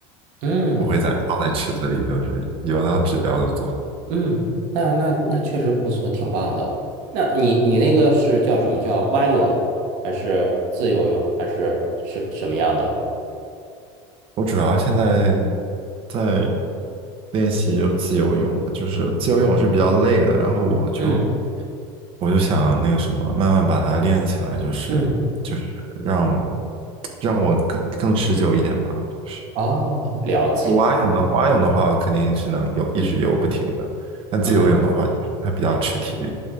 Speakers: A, on the right; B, on the right.
A: 嗯，
B: 不会再泡在池子里，就是游到指标就走。
A: 嗯，那那那确实不错，挺棒的。那你你那个是叫什么叫蛙泳，还是自由泳，还是是什么样的？
B: 我主要现在在练习就是自由泳嘛，就是自由泳是比较累的，然后我就
A: 嗯
B: 我就想那个什么，慢慢把它练起来，就是就是让
A: 嗯，
B: 让我更更持久一点吧。就是
A: 哦，了解。
B: 就蛙泳的蛙泳的话，肯定是能游，一直游不停的。但自由泳的话，
A: 嗯
B: 就是它比较吃体力。